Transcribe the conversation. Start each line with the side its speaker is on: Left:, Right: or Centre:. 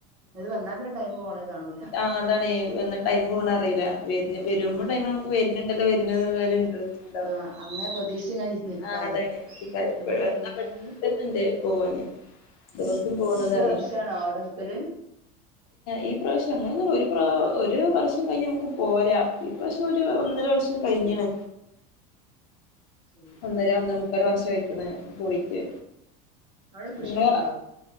Right: ഇത് വന്നാ പിന്നെ ടൈം പോണേ കാണൂല
Left: ആ അതാണ് വന്നാ ടൈം പോണ അറിയില്ല വെരണ് വെരുമ്പ ടൈമ് നമുക്ക് വെരണുണ്ടല്ലോ വെരണുണ്ടല്ലോ എന്നൊരു ഇന്ട്രെസ്റ്റ് ഉണ്ടാവും
Right: ആഹ് അങ്ങനെ പ്രതീക്ഷിച്ച് ഇങ്ങനെ നിക്കാലോ
Left: ആ അതാണ്
Right: വന്ന് കഴിഞ്ഞാല്
Left: എന്നാ പെട്ടെന്നുണ്ട് പോവാന് ദിവസം
Right: ഉം
Left: പോണത്
Right: ഒരു
Left: അറിയില്ല
Right: വർഷാണ അവിടെ നിക്കല്
Left: ഈ പ്രാവശ്യം അങ്ങനെ ഒന്നുല്ല ഒരു ഒരു വർഷം കഴിഞ്ഞ് നമുക്ക് പോരാം ഈ പ്രാവശ്യം ഒരു ഒന്ന ഒരു വഷം കഴിഞ്ഞണ്
Right: ഉം ശരി
Left: ഒന്നര ഒന്ന മുക്കാല് വർഷം ആയേക്കണ് പോയിട്ട്
Right: അവിടെ കൃഷിയൊക്കെ
Left: ഇങ്ങളെ
Right: ഒണ്ടാവും